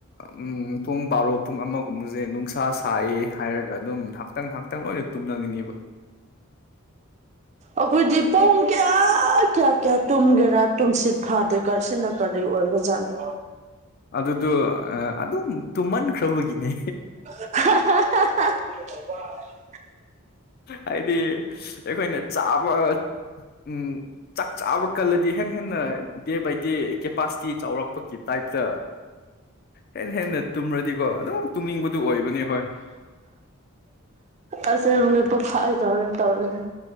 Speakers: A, on the left (about 45°); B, on the right (about 30°).
A: ꯎꯝ ꯄꯨꯡ ꯕꯥꯔꯣ ꯄꯨꯡ ꯑꯃꯒꯨꯝꯕ ꯖꯦ ꯅꯨꯡꯁꯥ ꯁꯥꯏꯌꯦ ꯍꯥꯏꯔꯒ ꯑꯗꯨꯝ ꯉꯥꯍꯥꯛꯇꯪ ꯉꯥꯍꯥꯛꯇꯪ ꯂꯣꯏꯅ ꯇꯨꯝꯅꯒꯅꯤꯕ
B: ꯑꯈꯣꯏꯗꯤ ꯄꯨꯡ ꯀꯌꯥ ꯀꯌꯥ ꯀꯌꯥ ꯇꯨꯨꯝꯒꯦꯔꯥ ꯇꯨꯝꯁꯤꯠ ꯐꯥꯗꯦ ꯀꯣ ꯁꯤꯅ ꯀꯔꯤ ꯑꯣꯏꯕ ꯖꯥꯠꯅꯣ
A: ꯑꯗꯨꯗꯣ ꯑꯗꯨꯝ ꯇꯨꯝꯃꯟꯈ꯭ꯔꯕꯒꯤꯅꯦ
B: <unintelligible> <unintelligible>
A: ꯍꯥꯏꯗꯤ ꯑꯩꯈꯣꯏꯅ ꯆꯥꯕ ꯎꯝ ꯆꯥꯛ ꯆꯥꯕ ꯀꯜꯂꯗꯤ ꯍꯦꯟꯅ ꯍꯦꯟꯅ ꯗꯦ ꯕꯥꯏ ꯗꯦ ꯀꯦꯄꯥꯁꯤꯇꯤ ꯆꯥꯎꯔꯛꯄꯒꯤ ꯇꯥꯏꯞꯇ ꯍꯦꯟꯅ ꯍꯦꯟꯅ ꯇꯨꯝꯔꯗꯤꯀꯣ ꯑꯗꯨꯝ ꯇꯨꯝꯅꯤꯡꯕꯗꯨ ꯑꯣꯏꯕꯅꯦ ꯍꯣꯏ
B: ꯑꯁꯦꯡꯕꯅꯦ ꯄꯨꯈꯥꯏꯒꯗꯧꯔꯦ ꯇꯧꯔꯤꯁꯦ